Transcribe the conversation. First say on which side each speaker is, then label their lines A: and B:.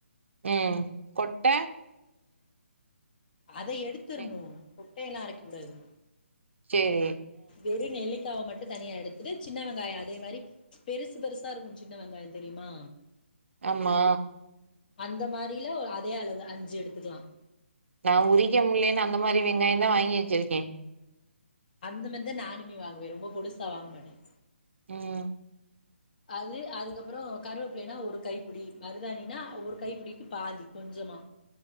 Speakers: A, on the right; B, on the left.
A: ம் கொட்ட
B: அதை எடுத்திரணும்
A: நெ
B: கொட்டையெல்லாம் அரைக்க கூடாது
A: செரி
B: வெறும் நெல்லிக் காவ மட்டும் தனியா எடுத்துட்டு சின்ன வெங்காயம் அதே மாதிரி பெருசு பெருசா இருக்கும் சின்ன வெங்காயம் தெரியுமா
A: ஆமா
B: அந்த மாதிரில ஒ அதே அளவு அஞ்சு எடுத்துக்கலாம்
A: நான் உரிக்க முலேன்னு அந்த மாதிரி வெங்காயந்தேன் வாங்கி வச்சிருக்கேன்
B: அந்த மாதி தான் நானுமே வாங்குவேன் ரொம்ப போடுச வாங்க மாட்டேன்
A: ம்
B: அது அதுக்கப்புறோம் கருவேப்பிள்ளைன்னா ஒரு கைப்படி மருதாணினா ஒரு கைப்படிக்கு பாதி கொஞ்சம் ஆமா